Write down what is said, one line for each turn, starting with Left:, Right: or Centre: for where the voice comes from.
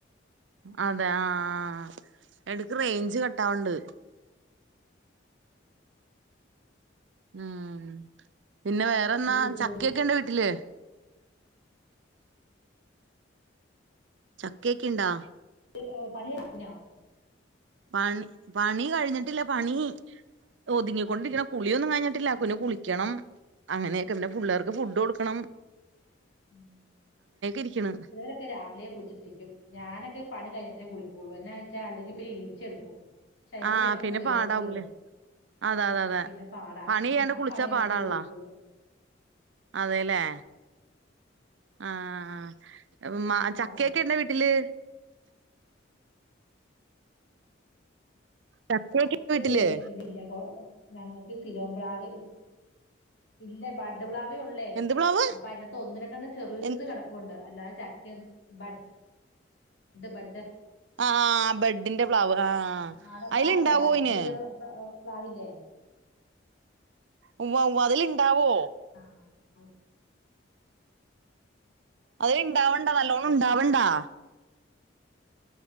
Right: അതെ ആഹ ആ എടക്ക് റേഞ്ച് ക ഇത്താ ഒണ്ട് <unintelligible> ഉം പിന്നെ വേറെന്താ
Left: ഇടയ്ക്ക് വിട്ടുപോകും
Right: ചക്കയൊക്കെണ്ടോ വീട്ടില് ചക്കെക്കിണ്ടോ
Left: <unintelligible> പണികയിഞ്ഞോ
Right: പണി പണി കഴിഞ്ഞിട്ടില്ല പണി ഒതുങ്ങിക്കൊണ്ടിരിക്ണ് കുളിയൊന്നും കഴിഞ്ഞിട്ടില്ല കുനു കുളിക്കണം അങ്ങനെ പിന്നെ പുള്ളേർക്ക് ഫുഡ് കൊട്ക്കണം
Left: ഉം
Right: ഇരിക്ക്ണ്
Left: ഇവരൊക്കെ രാവിലെയെ കുളിച്ചിട്ടിരിക്കും ഞാനൊക്കെ പണി കഴിഞ്ഞിട്ട് കുളി പുള്ളേരെണയ്ച്ച അല്ലെങ്കിൽ പിന്നെ ഈർച്ചെടുക്കും ശരീരം
Right: ആഹ്
Left: വെക്കുന്ന
Right: പിന്നെ
Left: വീർക്കുമല്ലോ
Right: പാടാവൂല അത
Left: ഉം,
Right: അതെ അതെ
Left: പിന്നെ പാടാ
Right: പണി
Left: അത്
Right: ചെയ്യാണ്ട്
Left: ഞാൻ
Right: കുളിച്ചാ
Left: പണി കഴിഞ്ഞിട്ടേ
Right: പാടാണല്ലോ
Left: കുളിക്കുള്ളൂ
Right: അതെല്ലേ ആഹ് ആ മാ ചക്കയൊക്കെ
Left: രാവിലെ
Right: ഇണ്ട വീട്ടില് ചക്കയൊക്കെ
Left: ചക്ക <unintelligible>
Right: വീട്ടില്
Left: ഞങ്ങക്ക് ശിലോംപ്ലാവ് ഇ ഇല്ല ബഡ് പ്ലാവ് <unintelligible> ഒള്ളെ
Right: എന്ത് പ്ലാവ്
Left: അപ്പൊ അതിനകത്ത് ഒന്ന്‌ രണ്ടെണ്ണം ചെറുത്
Right: എൻ
Left: കിടപ്പുണ്ട് അല്ലാതെ ചക്ക് എൻ ബഡ് ഡ ബഡ്
Right: ആ ആ ബെഡിന്റെ പ്ലാവ്
Left: നാടം
Right: അയില്ണ്ടാവോ
Left: പ്ലാവല്ല ബഡീത
Right: അയിന്
Left: പ്ലാ പ്ലാവില്ലേ
Right: ഉവ്വ ഉവ്വ് അതില്ണ്ടാവോ
Left: ആഹ്
Right: അതില് ഇണ്ടാവണ്ട നല്ലോണം ഇണ്ടാവണ്ടാ